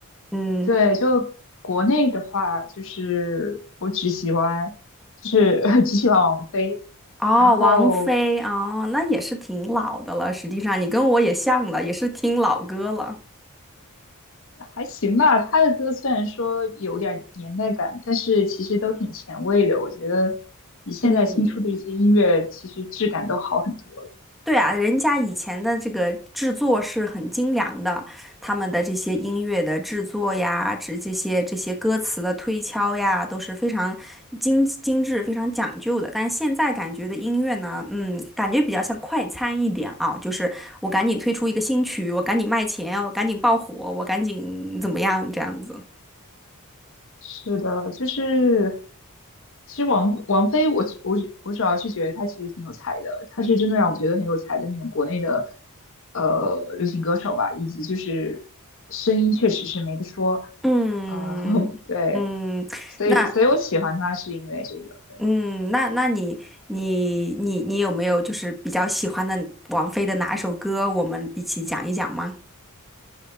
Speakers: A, in the centre; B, on the left.
A: 嗯
B: 对，就国内的话，就是我只喜欢，就是 <laughs> 只喜欢王菲，
A: 哦，
B: 然后
A: 王菲哦，那也是挺老的了。实际上，你跟我也像了，也是听老歌了。
B: 还行吧。她的歌虽然说有点年代感，但是其实都挺前卫的，我觉得比现在新出的一些音乐其实质感都好很多。
A: 嗯，对啊，人家以前的这个制作是很精良的，他们的这些音乐的制作呀，这这些这些歌词的推敲呀，都是非常精精致、非常讲究的。但现在感觉的音乐呢，嗯，感觉比较像快餐一点啊，就是我赶紧推出一个新曲，我赶紧卖钱，我赶紧爆火，我赶紧怎么样这样子。
B: 是的，就是其实王王菲我，我我我主要是觉得她其实挺有才的，她是真的让我觉得很有才的那种国内的呃流行歌手吧，以及就是声音确实是没得说
A: 嗯嗯，
B: 啊，<laughs> 对，所以所以我喜欢她是因为这个，
A: 那。
B: 对，
A: 嗯，那那你你你你有没有就是比较喜欢的王菲的哪首歌？我们一起讲一讲吗？